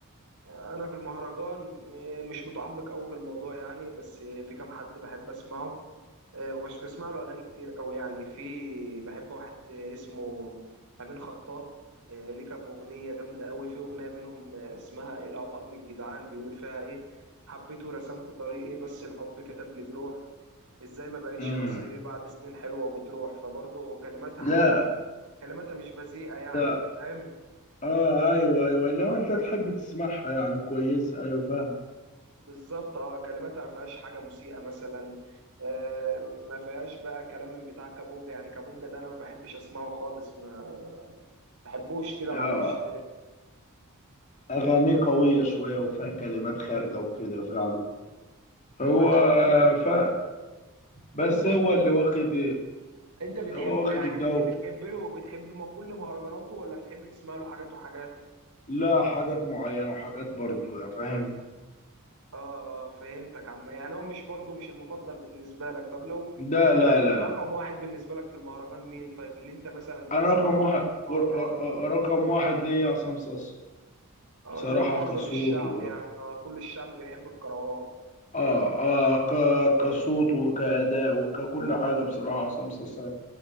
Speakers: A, on the right; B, on the left.
A: انا في المهرجان آه، مش متعمق قوي في الموضوع يعني بس في كام حد بحب اسمعه آه، ومش بسمع له اغاني كتير قوي يعني في بحب واحد اسمه امين خطاب آه، ليه كام اغنيه جامده قوي في اغنيه منهم آه، اسمها ايه العطاء من الجدعان بيقول فيها ايه حبيته رسمت طريقي بس الحب كتب لي جروح ازاي ما بقتش
B: امم
A: نصيبي بعد سنين حلوة وبتروح فبرضه كلماتها
B: لا
A: حلوة كلماتها مش بذيئة يعني
B: ده
A: انت فاهم
B: اه ايوه ايوه لو انت تحب تسمعها يعني كويسة ايوه فاهم
A: بالظبط اه كلماتها ما فيهاش حاجه مسيئه مثلا آه ما فيهاش بقى كلام من بتاع كابونجا يعني كابونجا ده انا ما بحبش اسمعه خالص ما بحبوش كده
B: اه
A: ما اعرفش ليه.
B: اغاني قوية شوية وفيها كلمات خارجة وكده فعلا هو
A: ما انا بقول لك
B: ف... بس
A: طب انت
B: هو
A: انت
B: اللي واخد
A: انت بتحبه
B: هو واخد
A: يعني
B: الجو
A: بتحب بتحب له بتحب ما كل مهرجاناته ولا بتحب تسمع له حاجات وحاجات
B: لا حاجات معينة وحاجات برضو يعني فاهم
A: اه اه فهمتك عم يعني هو مش برضه مش المفضل بالنسبه لك طب لو
B: ده لا
A: يعني
B: لا
A: رقم واحد بالنسبه لك في المهرجان مين طيب اللي انت مثلا بتسمعه
B: انا رقم واحد
A: اكتر اكتر
B: ور- آه،
A: واحد
B: آه، رقم واحد ليا عصام صاصا
A: اه
B: بصراحة
A: زي معظم
B: كصوت
A: الشعب
B: و
A: يعني اه كل الشعب بيحب الكروات
B: اه اه ك... كصوت وكأداء وككل حاجة بصراحة عصام صاصا